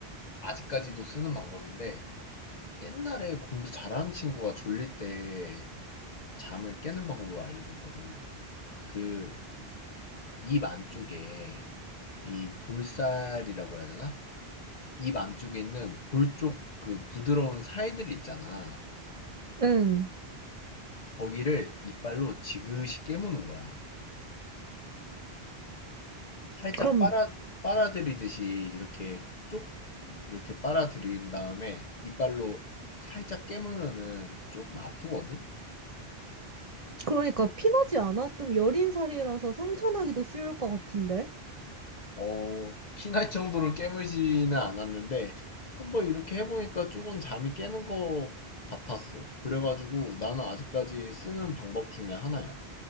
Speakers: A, on the left; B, on the right.
A: 아직까지도 쓰는 방법인데 옛날에 공부 잘하는 친구가 졸릴 때 잠을 깨는 방법을 알려줬거든. 그 입 안쪽에 이 볼살이라고 해야 되나? 입 안쪽에 있는 볼쪽 그 부드러운 살들이 있잖아.
B: 응.
A: 거기를 이빨로 지그시 깨무는 거야. 살짝
B: 그럼
A: 빨아, 빨아들이듯이 이렇게 쪽, 이렇게 빨아들인 다음에 이빨로 살짝 깨물면은 조금 아프거든?
B: 그러니까 피나지 않아? 좀 여린 살이라서 상처나기도 쉬울 것 같은데?
A: 어, 피날 정도로 깨물지는 않았는데, 한번 이렇게 해보니까 조금 잠이 깨는 것 같았어. 그래가지고 나는 아직까지 쓰는 방법 중에 하나야.